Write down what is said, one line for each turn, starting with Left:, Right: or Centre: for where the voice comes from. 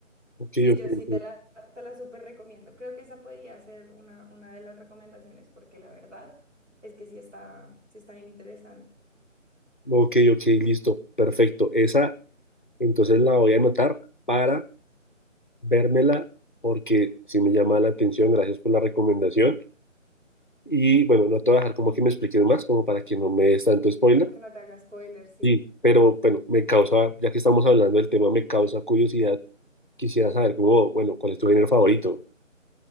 Left: ok,
Right: Sí,
Left: ok,
Right: yo sí
Left: ok,
Right: te la, te la súper recomiendo. Creo que esa podría ser una, una de las recomendaciones, porque la verdad es que sí está, sí está bien interesante.
Left: ok, ok, listo, perfecto. Esa, entonces la voy a anotar para vérmela porque si me llama la atención. Gracias por la recomendación. Y bueno, no te voy a dejar como que me expliques más, como para que no me des tanto spoiler.
Right: Para que no te haga spoiler, sí.
Left: Sí, pero bueno, me causa, ya que estamos hablando del tema, me causa curiosidad. Quisiera saber cómo, bueno, cuál es tu género favorito.